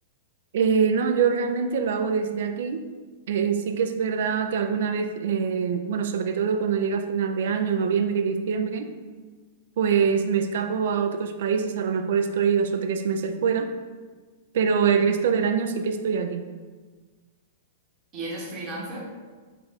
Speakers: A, on the right (about 70°); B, on the right (about 30°).
A: Eh, no, yo realmente lo hago desde aquí. Eh, sí que es verdad que alguna vez, eh, bueno, sobre todo cuando llega final de año, noviembre y diciembre, pues me escapo a otros países, a lo mejor estoy dos o tres meses fuera, pero el resto del año sí que estoy aquí.
B: ¿Y eres freelancer?